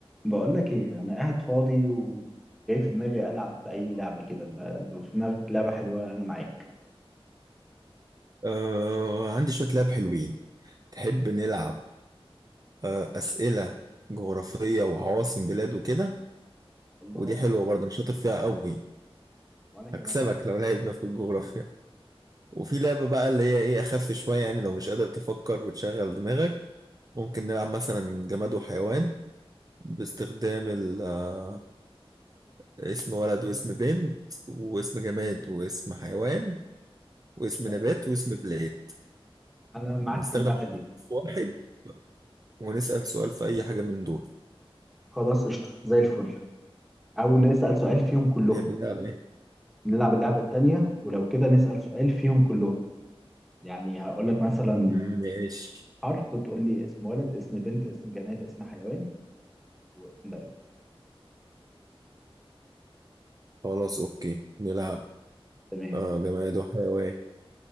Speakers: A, in the centre; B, on the right (about 40°).
A: بقول لك ايه انا قاعد فاضي وجاي في دماغي العب اي لعبه كده ب- لو في دماغك لعبه حلوه انا معاك
B: آه عندي شوية لعب حلوين تحب نلعب آه أسئلة جغرافية وعواصم بلاد وكده
A: الله
B: ودي حلوة برضه أنا شاطر فيها قوي
A: وانا كمان
B: هكسبك لو لعبنا في الجغرافيا وفي لعبة بقى اللي هي إيه أخف شوية يعني لو مش قادر تفكر وتشغل دماغك ممكن نلعب مثلا جماد وحيوان باستخدام ال- آه، اسم ولد
A: الحروف
B: واسم بنت واسم جماد واسم حيوان واسم
A: قشطه
B: نبات واسم بلاد
A: انا معاك
B: نستخدم
A: في اللعبه
B: حرف
A: دي
B: واحد ونسأل سؤال في أي حاجة من دول
A: خلاص قشطه زي الفل او نسال سؤال فيهم كلهم
B: تحب نلعب إيه؟
A: نلعب اللعبه التانيه ولو كده نسال سؤال فيهم كلهم يعني هقول لك مثلا
B: مم، ماشي
A: حرف وتقول لي اسم ولد اسم بنت اسم جماد اسم حيوان واسم بلد
B: خلاص اوكي نلعب
A: تمام
B: آه جماد وحيوان